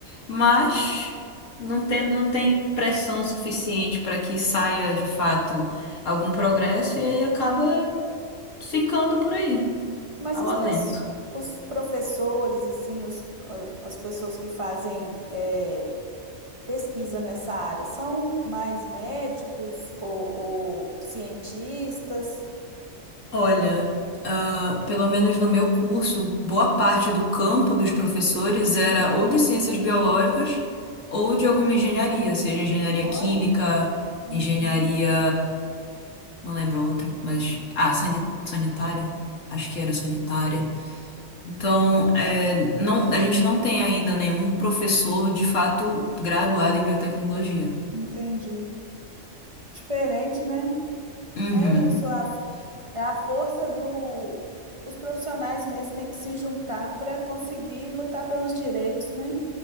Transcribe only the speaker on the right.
Mas
as
pesso- os professores, assim, os, a- as pessoas que fazem eh, pesquisa nessa área, são mais médicos ou, ou cientistas?
Olha,
uhum,
entendi. Diferente, né?
É isso, a, f- é a força do. Os profissionais mesmo têm que se juntar para conseguir lutar pelos direitos, né?